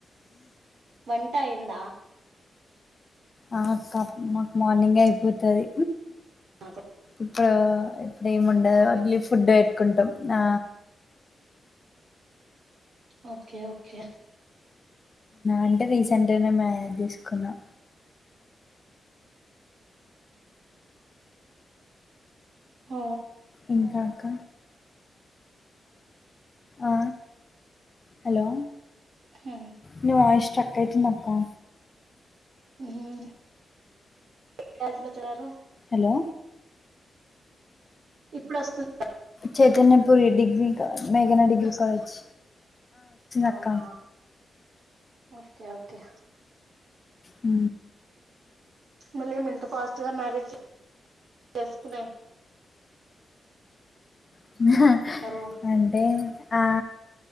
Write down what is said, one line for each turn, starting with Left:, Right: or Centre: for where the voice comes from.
Right: వంటయంద
Left: ఆ మాకు మార్నింగే అయిపోతది
Right: మాకు కూడా <unintelligible>
Left: ఇప్పుడు ఇప్పుడేమిండదు ఓన్లీ ఫుడ్ పెట్టుకుంటాం ఆ
Right: ఓకే ఓకే
Left: అంటే రీసెంట్గానే మ్యారేజ్ చేసుకున్నాం
Right: ఆ
Left: ఇంకా అక ఆ హలో
Right: హ
Left: నీ వాయిస్ స్ట్రక్ అవుతుంది అక్క
Right: ఉమ్ ఏ కాలేజీలో <unintelligible>
Left: హలో
Right: ఇప్పుడు వస్తుం
Left: చైతన్యపురి డిగ్రీ మేఘనా డిగ్రీ కాలేజ్
Right: అవునా
Left: అక్క
Right: ఓకే ఓకే
Left: అ
Right: మళ్ళీమి ఇంత ఫాస్ట్ గా మ్యారేజ్ చేసుకు
Left: ఆ
Right: నారు
Left: అంటే ఆ